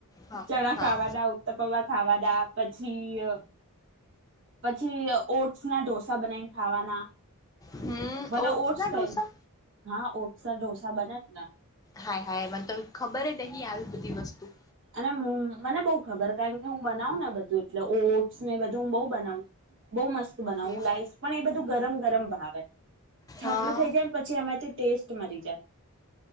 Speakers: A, on the left; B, on the right.
A: હા
B: ચણા
A: હા
B: ખાવાદા ઉત્તપવા ખાવા દા પછી પછી ઓ ના ડોસ બ ખવા
A: હમ
B: ભલે
A: ઓટ્સ
B: ઓસ
A: ના ઢોસા
B: હા ઓટ ડોસા બ ના
A: હા હા એ મને તો ખબર જ નહીં આવી બધી વસ્તુ
B: અને મને બહ ખબર કને હું બનાવ ને બધું એટલે ઓટસ ને બધું હું બહ બનાવ બહુ મસ્ત બનાવ હું
A: એવું
B: લાઈશ પણ એ બધું ગરમ ગરમ ભાવે ઠંડુ
A: હા
B: થઈ જાય ને પછી એમાંથી ટેસ્ટ મરી જાય